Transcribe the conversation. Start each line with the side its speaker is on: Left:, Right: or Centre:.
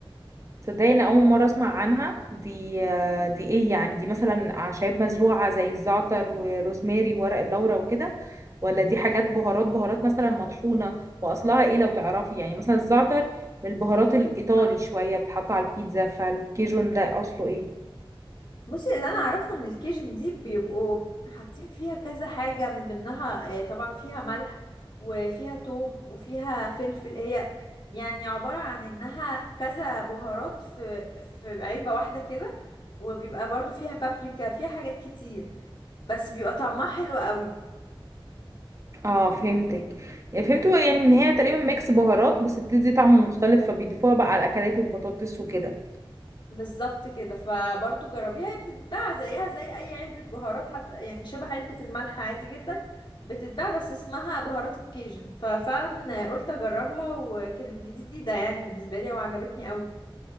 Right: تصدقي انا اول مرة اسمع عنها دي آه، دي ايه يعني دي مثلا اعشاب مزروعة زي الزعتر وروزماري وورق اللورا وكده ولا دي حاجات بهارات بهارات مثلا مطحونة واصلها ايه لو تعرفي يعني مثلا الزعتر من البهارات الايطالي
Left: اه
Right: شوية بتحط على البيتزا فالكيجون ده اصله ايه
Left: بصي اللي انا اعرفه ان الكيجن دي بيبقوا حاطين فيها كذا حاجة من ضمنها آه، طبعا فيها ملح وفيها توم وفيها فلفل هي يعني عبارة عن انها كذا بهارات في في علبة واحدة كده وبيبقى برضو فيها بابريكا فيها حاجات كتير بس بيبقى طعمها حلو قوي
Right: اه فهمتك يعني فهمت هو يعني ان هي تقريبا ميكس بهارات بس بتدي طعم مختلف فبيضيفوها بقى على الاكلات والبطاطس وكده
Left: بالظبط كده فبرضو جربيها هي بتتباع زيها زي اي علبة بهارات حتى يعني شبه علبة الملح عادي جدا بتتباع بس اسمها بهارات الكيجن ففعلا قلت اجربها وكانت جديدة يعني بالنسبة لي وعجبتني قوي